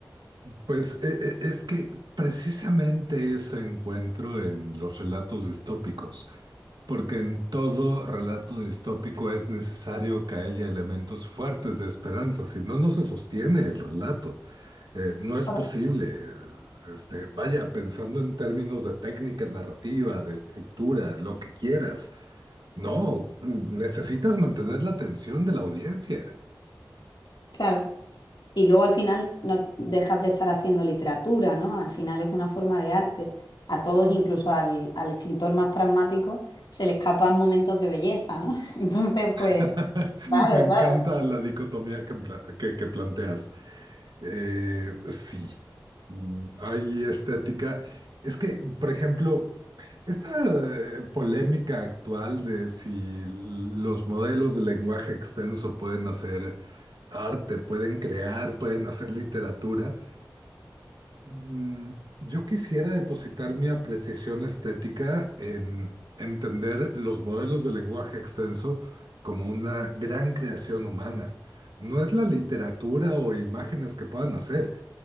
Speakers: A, on the right (about 70°); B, on the left (about 75°).
A: Pues e- e- es que precisamente eso encuentro en los relatos distópicos, porque en todo relato distópico es necesario que haya elementos fuertes de esperanza, si no, no se sostiene el relato, Eh, no es
B: Claro.
A: posible. Este, vaya, pensando en términos de técnica narrativa, de estructura, lo que quieras. No, necesitas mantener la atención de la audiencia.
B: Claro. Y luego al final no dejas de estar haciendo literatura, ¿no? Al final es una forma de arte. A todos, incluso al, al escritor más pragmático, se le escapan momentos de belleza, ¿no? <laughs> Entonces, pues,
A: <laughs>
B: claro,
A: Me encanta
B: claro.
A: la dicotomía que, empla- que que planteas. Eh, sí, Mm, hay estética. Es que, por ejemplo, esta eh, polémica actual de si los modelos de lenguaje extenso pueden hacer arte, pueden crear, pueden hacer literatura, mm, yo quisiera depositar mi apreciación estética en entender los modelos de lenguaje extenso como una gran creación humana. No es la literatura o imágenes que puedan hacer